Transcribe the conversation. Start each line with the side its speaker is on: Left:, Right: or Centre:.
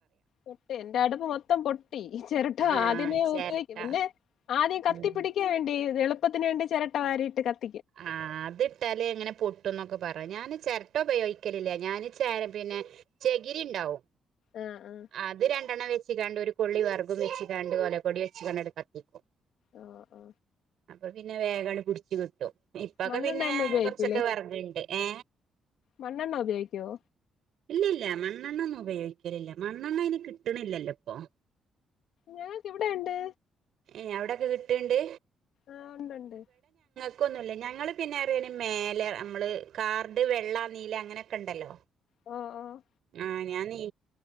Left: ചെർട്ടേ എന്റെടുപ്പ് മൊത്തം പൊട്ടി. ഈ ചിരട്ട
Right: ആഹ്
Left: ആദ്യമേ
Right: ചെരട്ട
Left: ഉപയോക്കും പിന്നെ ആദ്യം കത്തിപ്പിടിക്കാൻ
Right: ഉം
Left: വേണ്ടി ക്കെത് എളുപ്പത്തിന് വേണ്ടി ചെരട്ട വരിയിട്ട് കത്
Right: ആ അതിട്ടാലേ ങ്ങനെ പൊട്ടുംന്നൊക്കെ പറയാ ഞാന് ചെരട്ട ഉപയോഗിക്കലില്ല ഞാന് ചാരം പിന്നെ ചെകിരിണ്ടാവും
Left: ആ ആ
Right: അത് രണ്ടെണ്ണം വെച്ചാ ച്ചിക്കാണ്ട് ഒരു കൊള്ളി വെർഗും വെച്ച് കാണ്ട് ഓലകൊടി വെച്ച് കാണ്ടങ്ങട് കത്തിക്കും.
Left: ഓ ഓ
Right: അപ്പ പിന്നെ വേഗങ്ങ്ട് പിടിച്ച് കിട്ടും ഇപ്പൊക്കെ
Left: മണ്ണെണ്ണ
Right: പിന്നെ
Left: ഒന്നും ഉപയോഗിക്കൂലേ
Right: കൊറച്ചൊക്കെ വെറഗ്ണ്ട് ഏ?
Left: മണ്ണെണ്ണ ഉപയോഗിക്കുവോ?
Right: ഇല്ല ഇല്ല മണ്ണെണ്ണ ഒന്നും ഉപയോഗിക്കലില്ല മണ്ണെണ്ണയിന് കിട്ടണില്ലല്ലോപ്പം.
Left: ഞങ്ങക്ക് ഇവിടെണ്ട്.
Right: ഏ എവടൊക്കെ കിട്ടൽണ്ട്?
Left: ആ ഒണ്ട്ണ്ട്.
Right: ക്കൊന്നുല്ല ഞങ്ങള് പിന്നെറിയണ്‌ മേല അമ്മള് കാർഡ് വെള്ള നീല അങ്ങനെക്കെണ്ടല്ലോ.
Left: ആ ആ
Right: ആഹ് ഞാൻ നീ